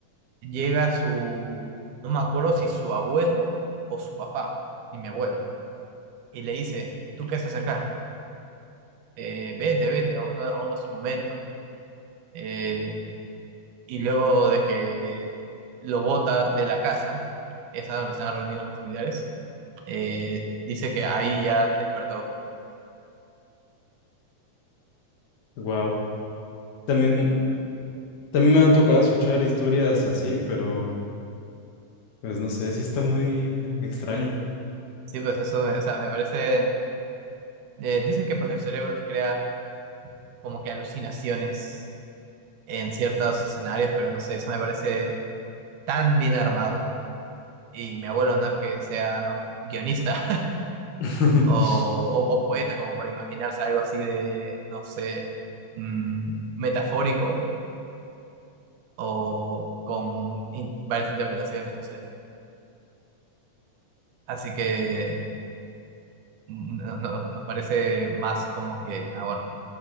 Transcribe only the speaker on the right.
llega su, no me acuerdo si su abuelo o su papá, y mi abuelo, y le dice, ¿tú qué haces acá? eh, vete, vete, a uno, a uno su momento. Eh, y luego de que lo bota de la casa, esa donde están reunidos los familiares, eh, dice que ahí ya despertó.
Sí, pues eso, o sea, me parece, eh, dicen que pues el cerebro te crea como que alucinaciones en ciertos escenarios, pero no sé, eso me parece tan bien armado. Y mi abuelo no es que sea guionista,
o, o- o poeta, como para imaginarse algo así de, no sé, mm, metafórico o con in- varias interpretaciones, no sé. Así que mm, no- no- nos parece más como que, ah, bueno,